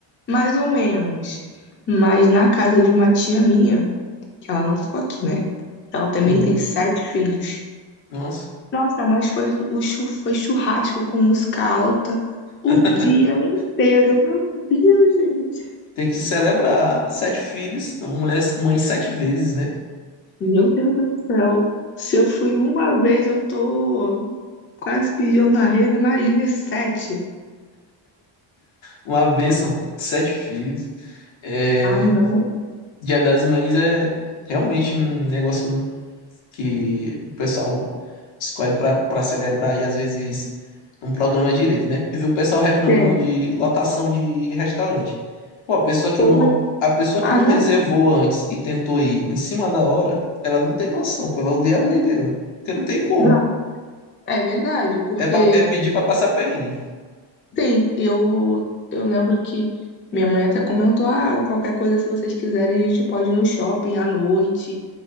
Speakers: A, on the left; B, on the left.
A: mais ou menos. Mas na casa de uma tia minha, que ela não ficou aqui, né? Ela também
B: sim.
A: tem sete filhos.
B: Nossa.
A: Nossa, mas foi o o chu- foi churrasco com música alta o
B: <laughs>
A: dia inteiro. Meu Deus, gente.
B: Tem que celebrar sete filhos, mulher, mãe sete vezes, né?
A: Meu Deus do céu. Se eu fui uma vez, eu tô quase pedindo arrego, imagine sete.
B: Uma bênção, sete filhos. É,
A: Ah, não.
B: Dia das Mães é realmente um negócio que o pessoal escolhe para pra celebrar e às vezes não programa direito, né? Eu vi o pessoal reclamando
A: É,
B: de lotação de restaurante. Pô, a pessoa que
A: foi.
B: não, a pessoa
A: Ah,
B: que não reservou antes e tentou ir em cima da hora, ela não tem noção, pô, ela odeia a mãe dela, porque não tem como.
A: Não, é verdade, porque,
B: É, pra, é pedir para passar perrengue.
A: sim, eu, eu lembro que minha mãe até comentou, ah, qualquer coisa, se vocês quiserem, a gente pode ir no shopping à noite,